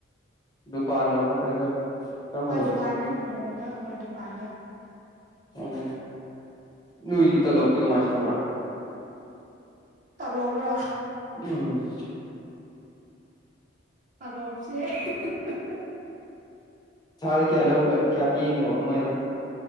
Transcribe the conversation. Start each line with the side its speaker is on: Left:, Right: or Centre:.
Left: ꯗꯨꯀꯥꯟꯔꯣ ꯅꯠꯇ꯭ꯔꯒ ꯀꯔꯝꯕꯅꯣ
Right: ꯍꯣꯏ ꯗꯨꯀꯥꯟꯅꯦ ꯃꯣꯜꯗ ꯍꯣꯏ ꯗꯨꯀꯥꯟꯗ꯫
Left: ꯑꯣ ꯅꯣꯏ ꯇꯂꯣꯕꯗꯤ ꯀꯃꯥꯏ ꯁꯥꯕ꯭ꯔꯥ꯫
Right: ꯇꯂꯣꯕꯔꯣ꯫
Left: ꯎꯝ
Right: ꯇꯜꯂꯣꯞꯁꯦ <unintelligible>
Left: ꯊꯥꯗ ꯀꯌꯥ ꯂꯧ ꯀꯌꯥ ꯄꯤꯔꯤꯅꯣꯕ ꯃꯣꯏꯅ